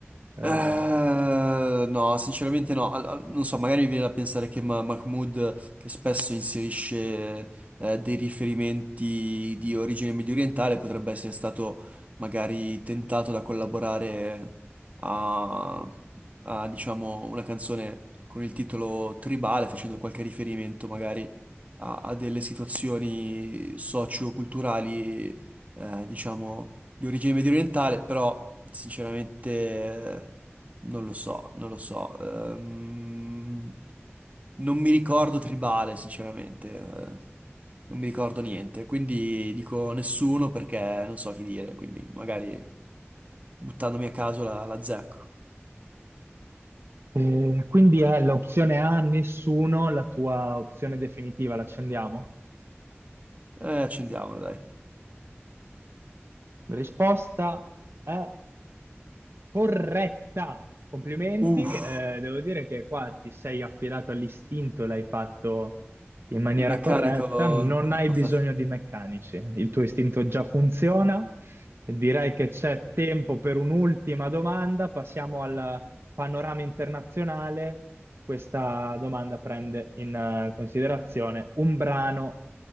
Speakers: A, on the right; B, on the right.
A: Eh,
B: eh, no, sinceramente no. Al- al- non so, magari mi viene da pensare che Ma- Mahmood, che spesso inserisce eh, dei riferimenti di origine mediorientale, potrebbe essere stato magari tentato da collaborare a, a, diciamo, una canzone con il titolo Tribale, facendo qualche riferimento magari a, a delle situazioni socio-culturali, eh, diciamo, di origine medio orientale, però sinceramente eh, non lo so, non lo so. Ehm, non mi ricordo tribale, sinceramente, eh, non mi ricordo niente, quindi dico nessuno perché non so chi dire, quindi magari buttandomi a caso la, la zecco.
A: eh, quindi è l'opzione A, nessuno, la tua opzione definitiva, l'accendiamo?
B: Eh, accendiamola, dai.
A: Risposta è Corretta! Complimenti,
B: Uff,
A: eh, devo dire che qua ti sei affidato all'istinto, l'hai fatto in maniera
B: il meccanico
A: corretta, non hai
B: ha
A: bisogno
B: fatto...
A: di meccanici, il tuo istinto già funziona, Direi che c'è tempo per un'ultima domanda. Passiamo al panorama internazionale. Questa domanda prende in eh, considerazione un brano